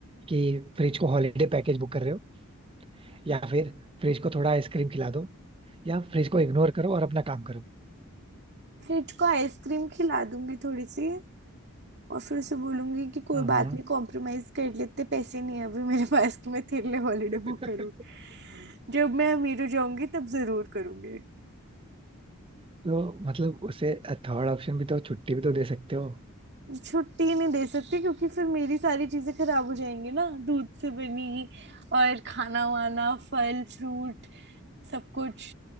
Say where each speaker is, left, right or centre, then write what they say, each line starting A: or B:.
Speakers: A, on the right; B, on the right.
A: कि फ्रिज को हॉलीडे पैकेज बुक कर रहे हो या फिर फ्रिज को थोड़ा आइसक्रीम खिला दो या फ्रिज को इग्नोर करो और अपना काम करो
B: फ्रिज को आइसक्रीम खिला दूंगी थोड़ी सी और फिर उसे बोलूंगी कि कोई
A: हम्म
B: बात नहीं कॉम्प्रोमाइज कर लेते पैसे नहीं है अभी मेरे पास कि मैं तेरे लिए हॉलीडे
A: <laughs>
B: बुक करूँ जब मैं अमीर हो जाऊंगी तब जरूर करूंगी
A: तो मतलब उसे थर्ड ऑप्शन भी तो छुट्टी भी तो दे सकते हो
B: छुट्टी नहीं दे सकती क्योंकि फिर मेरी सारी चीजें खराब हो जाएंगी ना दूध से बनी और खाना वाना फल फ्रूट सब कुछ